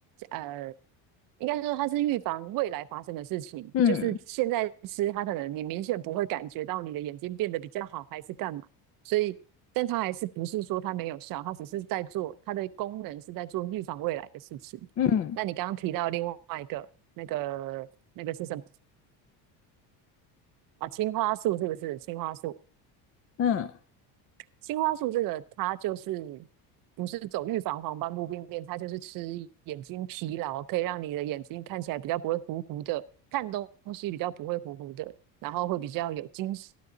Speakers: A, on the right; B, on the left.
A: 呃，应该说它是预防未来发生的事情，
B: 嗯
A: 就是现在吃它可能你明显不会感觉到你的眼睛变得比较好还是干嘛，所以但它还是不是说它没有效，它只是在做它的功能是在做预防未来的事情。
B: 嗯，
A: 那你刚刚提到另外一个那个那个是什么啊？青花素是不是？青花素
B: 嗯。
A: 青花素这个它就是不是走预防黄斑部病变，它就是吃眼睛疲劳，可以让你的眼睛看起来比较不会糊糊的，看东西比较不会糊糊的，然后会比较有精神。